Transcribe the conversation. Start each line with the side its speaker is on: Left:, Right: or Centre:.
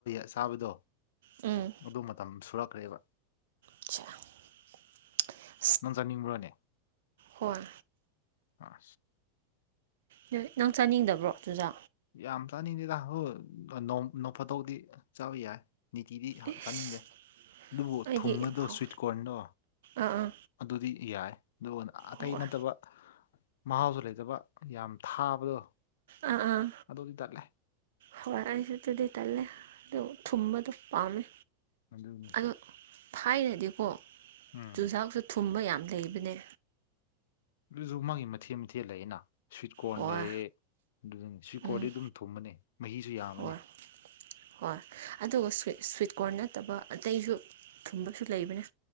Left: ꯆꯥꯕꯗꯣ
Right: ꯎꯝ
Left: ꯑꯗꯨ ꯃꯇꯝ ꯁꯨꯔꯛꯈ꯭ꯔꯦꯕ
Right: ꯑ
Left: ꯅꯪꯖꯅꯤꯡꯕ꯭ꯔꯣꯅꯦ
Right: ꯍꯣꯏ
Left: ꯑ
Right: ꯅꯣꯏ ꯅꯪ ꯆꯥꯅꯤꯡꯗꯕ꯭ꯔꯣ ꯆꯨꯖꯥ
Left: ꯌꯥꯝ ꯆꯥꯅꯤꯡꯗꯦꯗ ꯍꯣꯏ ꯅꯣꯐꯠꯇꯧꯗꯤ ꯆꯥꯕ ꯌꯥꯏ ꯅꯤꯇꯤꯗꯤ
Right: ꯏꯁ
Left: ꯆꯥꯅꯤꯡꯗꯦ ꯑꯗꯨꯕꯨ
Right: ꯑꯩꯗꯤ
Left: ꯊꯨꯝꯕꯗꯨꯣ
Right: ꯌꯥꯝ ꯍꯥꯎꯋꯦ
Left: ꯁ꯭ꯋꯤꯆ ꯀꯣꯔꯅꯣ
Right: ꯑꯥ ꯑꯥ
Left: ꯑꯗꯨꯗꯤ ꯌꯥꯏ ꯑꯗꯨꯒ ꯑꯇꯩ
Right: ꯍꯣꯏ
Left: ꯅꯠꯇꯕ ꯃꯍꯥꯎꯁꯨ ꯂꯩꯇꯕ ꯌꯥꯝ ꯊꯥꯕꯗꯣ
Right: ꯑꯥ ꯑꯥ
Left: ꯑꯗꯨꯗꯤ ꯇꯠꯂꯦ
Right: ꯍꯣꯏ ꯑꯩꯁꯨ ꯑꯗꯨꯗꯤ ꯇꯜꯂꯦ ꯑꯗꯨ ꯊꯨꯝꯕꯗꯣ ꯄꯥꯝꯃꯦ
Left: ꯃꯅ
Right: ꯑ ꯊꯥꯏꯅꯗꯤꯀꯣ
Left: ꯎꯝ
Right: ꯆꯨꯖꯥꯛꯁꯨ ꯊꯨꯝꯕ ꯌꯥꯝ ꯂꯩꯕꯅꯦ
Left: ꯑꯗꯨꯁꯨ ꯃꯥꯒꯤ ꯃꯊꯦꯜ ꯃꯊꯦꯜꯂꯏꯅ ꯁ꯭ꯋꯤꯠ ꯀꯣꯔꯟ
Right: ꯍꯣꯏ
Left: ꯂꯩꯌꯦ ꯑꯗꯨꯗꯨ ꯁ꯭ꯋꯤꯠ
Right: ꯎꯝ
Left: ꯀꯣꯔꯗꯤ ꯑꯗꯨꯝ ꯊꯨꯝꯕꯅꯦ ꯃꯍꯤꯁꯨ ꯌꯥꯝꯃꯅꯦ
Right: ꯍꯣꯏ ꯍꯣꯏ ꯑꯗꯨꯒ꯭ ꯁ꯭ꯋꯤꯠ ꯀꯣꯔꯟ ꯅꯠꯇꯕ ꯑꯇꯩꯁꯨ ꯊꯨꯝꯕꯁꯨ ꯂꯩꯕꯅꯦ